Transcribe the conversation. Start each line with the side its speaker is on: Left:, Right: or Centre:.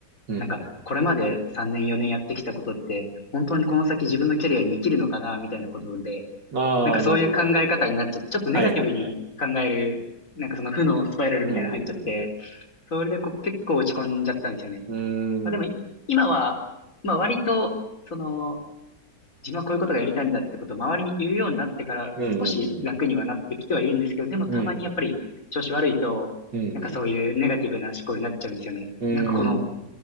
Right: うんう
Left: なんかこれまで3年4年やってきたことって、本当にこの先自分のキャリアに生きるのかな、みたいなことで、
Right: ん。ああ、
Left: なんかそういう考え方になっちゃって、
Right: なるほど、なるほど。
Left: ちょっとネガティブに考える、
Right: はいはいはい。
Left: なんかその負のスパイラルみたいなの入っちゃって、
Right: うん
Left: それでこう結構落ち込んじゃったんですよね。
Right: うん。
Left: まあでも、
Right: うーん。
Left: 今は、まあ割と、その、自分はこういうことがやりたいんだってことを周りに言うようになってから少し楽にはなってきてはいるんですけど、
Right: うんうんうん。
Left: でもたまにやっぱり調子悪いと、
Right: うんうん。うんうん。
Left: なんかそういうネガティブな思考になっちゃうんですよね。
Right: うんうん。
Left: なんかこの